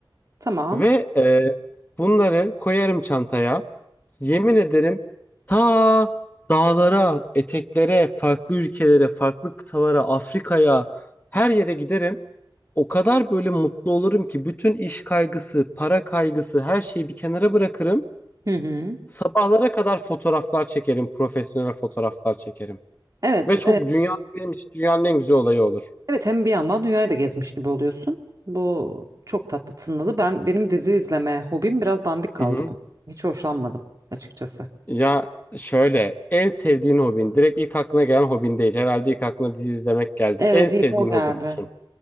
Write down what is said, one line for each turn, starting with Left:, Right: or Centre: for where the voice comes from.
Right: tamam.
Left: Ve e, bunları koyarım çantaya. Yemin ederim ta dağlara, eteklere, farklı ülkelere, farklı kıtalara, Afrika'ya her yere giderim. O kadar böyle mutlu olurum ki bütün iş kaygısı, para kaygısı her şeyi bir kenara bırakırım.
Right: Hı hı.
Left: Sabahlara kadar fotoğraflar çekerim, profesyonel fotoğraflar çekerim.
Right: Evet,
Left: Ve çok
Right: e,
Left: dünya benim için dünyanın en güzel olayı olur.
Right: evet hem bir yandan dünyayı da gezmiş gibi oluyorsun. Bu çok tatlı tınladı. Ben benim dizi izleme hobim biraz dandik kaldı
Left: Mhm.
Right: bu. Hiç hoşlanmadım açıkçası.
Left: Ya şöyle en sevdiğin hobin direkt ilk aklına gelen hobin değil. Herhalde ilk aklına dizi izlemek geldi.
Right: Evet,
Left: En sevdiğin
Right: ilk o geldi.
Left: hobin düşün.